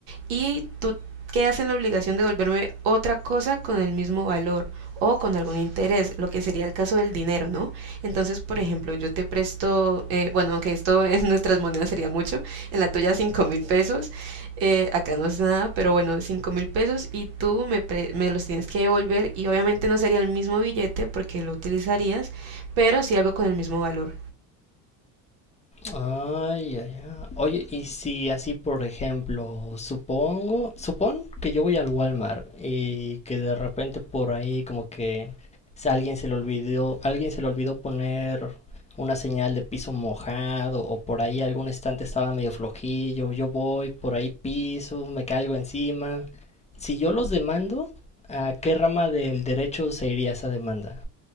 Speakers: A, on the right; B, on the left.
A: y tú quedas en la obligación de devolverme otra cosa con el mismo valor o con algún interés, lo que sería el caso del dinero, ¿no? Entonces, por ejemplo, yo te presto, eh, bueno, aunque esto <laughs> en nuestras monedas sería mucho, en la tuya cinco mil pesos, eh, acá no es nada, pero bueno, cinco mil pesos y tú me, pre- me los tienes que devolver y obviamente no sería el mismo billete porque lo utilizarías, pero sí algo con el mismo valor.
B: Ay, ay, ay. Oye, y si así, por ejemplo, supongo, supón que yo voy al Walmart y que de repente por ahí como que si alguien se le olvidó, alguien se le olvidó poner una señal de piso mojado o por ahí algún estante estaba medio flojillo, yo voy, por ahí piso, me caigo encima. Si yo los demando, ¿a qué rama del derecho se iría esa demanda?